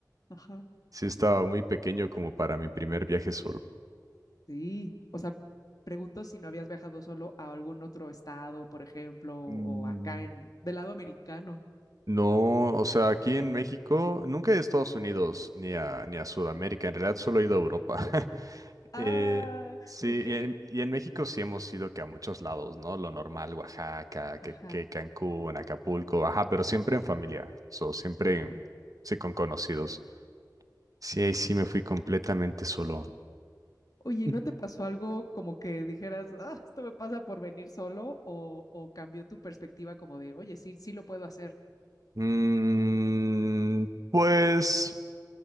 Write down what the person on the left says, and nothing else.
Ajá.
Sí, o sea, pregunto si no habías viajado solo a algún otro estado, por ejemplo, o
acá en del lado americano.
Ah,
ok.
Ajá,
ya.
Oye, ¿y
¿no te pasó algo como que dijeras, ah, esto me pasa por venir solo? O, o cambió tu perspectiva como de, oye, sí, sí lo puedo hacer.